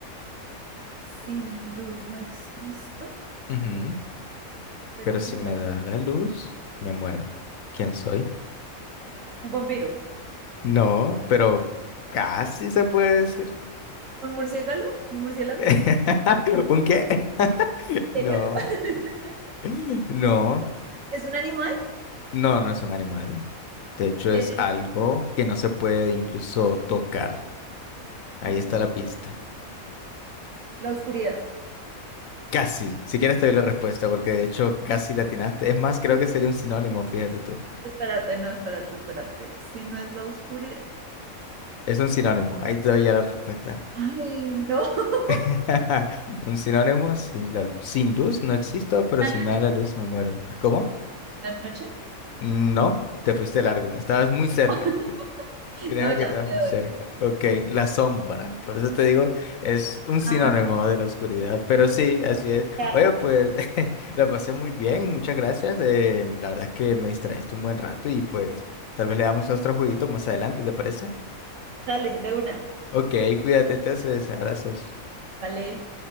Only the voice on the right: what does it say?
Sin luz no existo,
pero
sí
me
da...
Un vampiro.
¿Un murciélago? ¿Un murciélago?
Murciélago. <laughs>
¿Es un animal?
Es...
que no
sé.
La oscuridad.
Espérate, no, espérate, espérate. Si no es la oscuridad.
Ay, no. <laughs>
¿La
noche?
¿La noche?
<laughs>
No, ya
me
doy.
Ah,
ya,
dale, de una.
Vale.